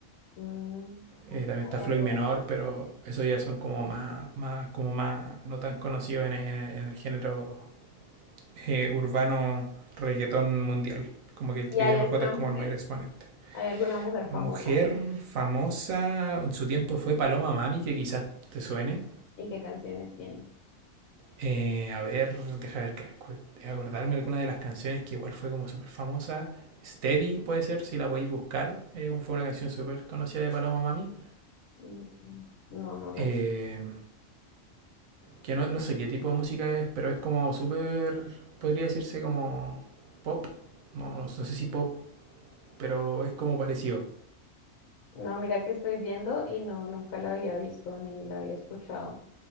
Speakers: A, on the left; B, on the right.
A: Mm, no,
B: Eh,
A: no
B: también
A: sabía
B: está Floyd
A: que
B: Menor,
A: era chileno.
B: pero esos ya son como más, más, como más, no tan conocidos en, en- en el género eh, urbano reggaetón mundial. Como que el
A: ¿Y
B: Chris
A: hay
B: MJ
A: alguna
B: es
A: mujer?
B: como el mayor exponente.
A: ¿Hay alguna mujer famosa?
B: Mujer famosa, en su tiempo fue Paloma Mami, que quizás te suene.
A: ¿Y qué canciones tiene?
B: Eh, a ver, deja ver, acordarme alguna de las canciones que igual fue como súper famosa. Steady puede ser, si la podéis buscar. eh, fue una canción súper conocida de Paloma Mami.
A: Mm, mm, No, no las.
B: Eh, que no, no sé qué tipo de música es, pero es como súper, podría decirse como pop. No, no, no sé si pop, pero es como parecido.
A: No, mira que estoy viendo y no, nunca la había visto ni la había escuchado.